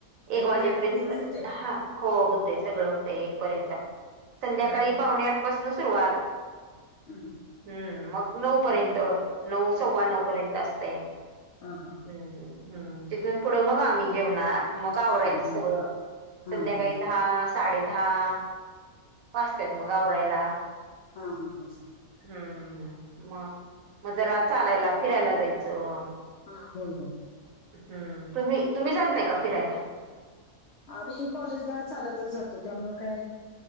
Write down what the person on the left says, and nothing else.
पर्यंत पूर्ण होतंय
आणि
र
हं,
हं.
हा हा.
हां,
होय. हां,
हां, हां.
हा हा हा ह.
हा बोल मग
आम्ही कॉलेजला चालतच जातो त्यामुळ काय.